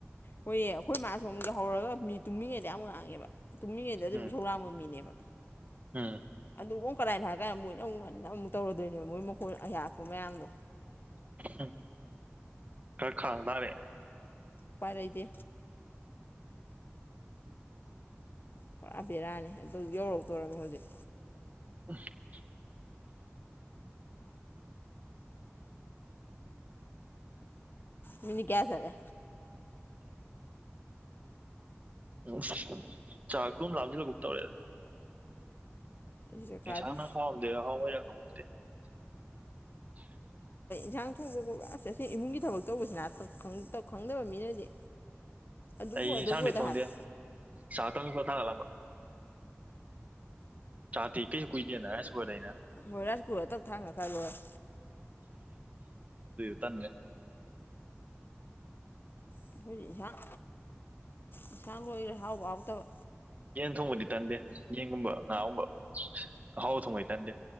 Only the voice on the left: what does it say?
ꯍꯣꯏꯌꯦ ꯑꯈꯣꯏ ꯃꯥ ꯁꯨ ꯑꯃꯨꯛ ꯌꯥꯍꯧꯔꯒ ꯃꯤ ꯇꯨꯡꯃꯤꯉꯩꯗ ꯌꯥꯝ ꯉꯥꯡꯉꯦꯕ ꯇꯨꯝꯃꯤꯉꯩꯗ ꯑꯗꯨꯝ
ꯏꯁꯧ ꯂꯥꯡꯕ ꯃꯤꯅꯦꯕ
<unintelligible> ꯀꯗꯥꯥꯏꯅꯣ ꯍꯥꯏ ꯀꯥꯟꯗ ꯃꯣꯏꯅ ꯑꯃꯨꯛ ꯉꯟꯅ ꯑꯃꯨꯛ ꯇꯧꯔꯗꯣꯏꯅꯦꯕ ꯃꯣꯏ ꯃꯈꯣꯏ ꯑꯌꯥꯛꯄ ꯃꯌꯥꯝꯗꯣ
ꯎꯄꯥꯏꯂꯩꯇꯦ ꯄꯨꯔꯥ ꯕꯦꯔꯥꯅꯤ ꯑꯗꯨ ꯌꯧꯔꯛ ꯇꯧꯔꯣꯃꯤ ꯍꯧꯖꯤꯛ
ꯃꯤꯅꯤꯠ ꯀꯌꯥ ꯆꯠꯂꯦ
ꯑꯩꯁꯨ
ꯆꯥꯛ ꯆꯥꯗ꯭ꯔꯤ ꯏꯟꯖꯥꯡ ꯊꯣꯡꯕ ꯈꯣꯠꯕ ꯑꯁ ꯑꯁꯤ ꯏꯃꯨꯡꯒꯤ ꯊꯕꯛ ꯇꯧꯕꯁꯤꯅ ꯈꯪꯇ ꯈꯪꯗꯕ ꯃꯤꯅꯗꯤ ꯑꯗꯨꯕꯨ
ꯑꯗꯨꯕꯨꯗ
ꯍꯥꯏꯕ
ꯍꯣꯏ ꯂꯥꯏꯁ ꯀꯨꯀ꯭ꯔ ꯇꯛ ꯊꯥꯒꯠꯈꯥ ꯂꯣꯏꯔꯦ
ꯑꯩꯈꯣꯏꯗꯤ ꯏꯟꯁꯥꯡ ꯏꯟꯁꯥꯡ ꯂꯣꯏꯔꯦ ꯍꯥꯎꯕ ꯍꯥꯎꯇꯕ